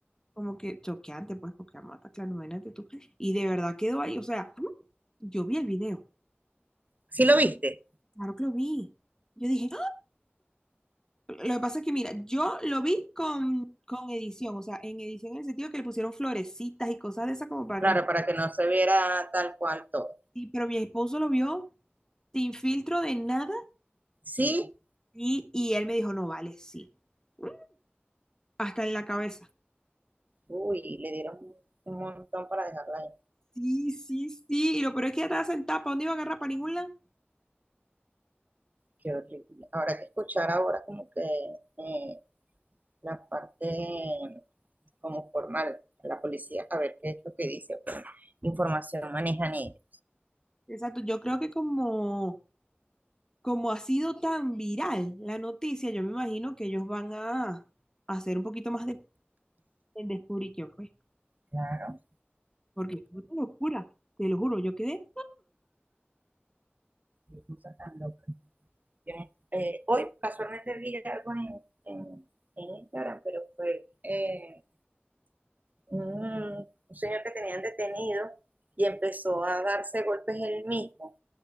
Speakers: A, on the left (about 15°); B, on the right (about 45°).
A: como que choqueante, pues, porque amata, claro, imagínate tú. Y de verdad quedó ahí, o sea, yo vi el video,
B: ¿Sí lo viste?
A: claro que lo vi. Yo dije, Lo que pasa es que, mira, yo lo vi con, con edición, o sea, en edición en el sentido que le pusieron florecitas y cosas de esas como para
B: Claro,
A: que no...
B: para que no se viera tal cual todo.
A: Sí, pero mi esposo lo vio sin filtro de nada
B: Sí,
A: y, y él me dijo, no vale, sí. Mm, Hasta en la cabeza.
B: uy, le dieron un montón para dejarla ahí.
A: Sí, sí, sí. Y lo peor es que ya estaba sentada, ¿para dónde iba a agarrar? ¿Para ningún lado?
B: Qué horrible. Habrá que escuchar ahora como que eh, la parte eh, como formal, la policía, a ver qué es lo que dice. Información manejan ellos.
A: Exacto, yo creo que como, como ha sido tan viral la noticia, yo me imagino que ellos van a, a hacer un poquito más de, en descubrir quién fue.
B: Claro,
A: Porque fue una locura, te lo juro, yo quedé,
B: qué cosa tan loca. Yo, eh, hoy casualmente vi algo en, en- en Instagram, pero fue eh, un, un señor que tenían detenido y empezó a darse golpes él mismo.